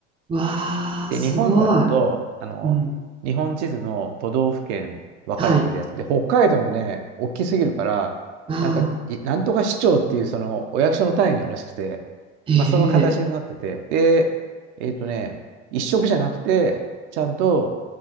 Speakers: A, on the right; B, on the right.
A: わあ、
B: で、
A: すごい。
B: 日本だと、あの、
A: うん、
B: 日本地図の都道府県分かれてるやつで、
A: はい。
B: 北海道はね、大きすぎるから、
A: ああ、
B: なんか、いなんとか市長っていうそのお役所の単位があるらしくて、
A: ええ。
B: まあ、その形になってて、で、えっとね、一色じゃなくて、ちゃんと、